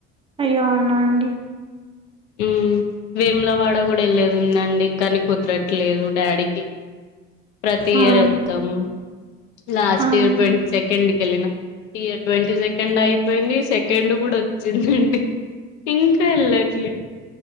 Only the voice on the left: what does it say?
ఊ వేములవాడ కూడా వెళ్లేది ఉందండి కానీ కుదరట్లేదు డాడీకి ప్రతి ఇయర్
ఎల్తమ్ లాస్ట్
ఇయర్ ట్వంటీ సెకండ్కి వెళ్ళినా ఇగ ట్వంటీ సెకండ్ అయిపోయింది సెకండ్ కూడా వచ్చిందండి ఇంకా వెలా ట్లే